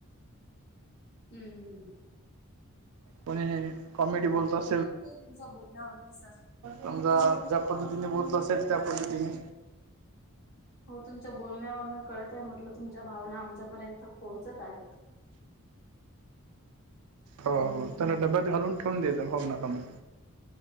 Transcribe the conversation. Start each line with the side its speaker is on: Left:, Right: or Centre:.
Left: हम्म
Right: कोणी कॉमेडी बोलत असतो
Left: कळतंय तुमच्या बोलण्यावरून सर
Right: समजा ज्या पद्धतीने बोलत असेल त्या पद्धतीने
Left: हो तुमच्या बोलण्यावर म कळत आहे म्हटलं तुमच्या भावना आमच्यापर्यंत पोहोचत आहेत
Right: हो हो त्यांला डब्यात घालून ठेवून द्याचं भाव नाका मग